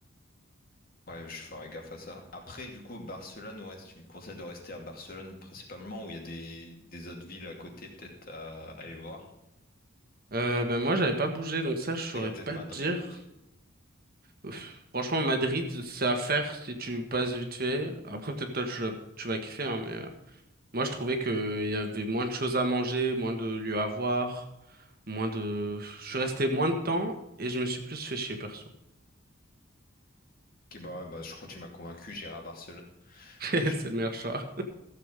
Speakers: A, on the left; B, on the right.
A: Ouais, je ferai gaffe à ça. Après, du coup, Barcelone, ouais, si tu me conseilles de rester à Barcelone principalement, ou il y a des, des autres villes à côté peut-être à, à aller voir.
B: Euh, ben moi, j'avais pas bougé, donc ça, je saurais
A: Après, il y a peut-être
B: pas
A: Madrid
B: te dire.
A: aussi.
B: Pff, Franchement, Madrid, c'est à faire si tu passes vite fait. Après, peut-être toi, tu, tu vas kiffer, hein, mais euh, moi, je trouvais que il y avait moins de choses à manger, moins de lieux à voir, moins de... Je suis resté moins de temps et je me suis plus fait chier, perso.
A: Ok, bah, ouais, bah je crois que tu m'as convaincu, j'irai à Barcelone.
B: <laughs> C'est
A: Je,
B: le meilleur choix.